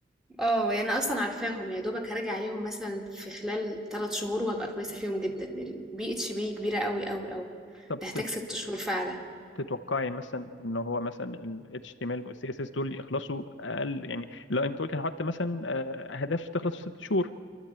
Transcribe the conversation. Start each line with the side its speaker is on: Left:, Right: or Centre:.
Centre: اه يعني انا اصلا عارفاهم يا دوبك هرجع عليهم مثلا في خلال ثلاث شهور وهبقى كويسة فيهم جدا البي اتش بي كبيرة قوي قوي قوي
Left: طب
Centre: تحتاج
Left: تت-
Centre: ست شهور فعلا
Left: تتوقعي مثلا ان هو مثلا ال HTML وال CSS دول يخلصوا اقل يعني لو انت قلت هحط مثلا آه، اهداف تخلص في ست شهور